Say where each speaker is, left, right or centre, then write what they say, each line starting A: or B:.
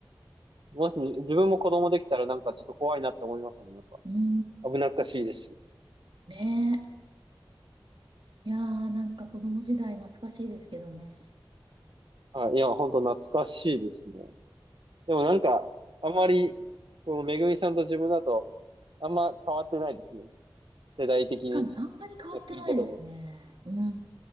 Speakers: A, on the right (about 70°); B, on the right (about 80°).
A: もし自分も子供できたらなんかちょっと怖いなって思いますもん、やっぱ。
B: うん。
A: 危なっかしいですし。
B: ねえ。いやー、なんか子供時代懐かしいですけどね。
A: はい。いや、本当懐かしいですね。でもなんか、あんまり、このめぐみさんと自分だと、あんま変わってないですね。世代的に
B: なんかあんまり変わってないですね。
A: やってることも。
B: うん。